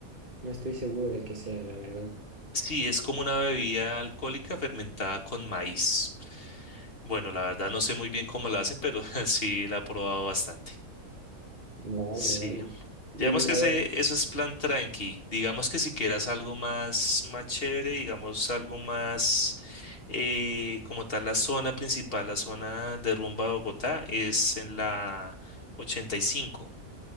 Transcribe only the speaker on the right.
no estoy seguro de qué sea, la verdad.
Vale,
vale. Y
a
ver,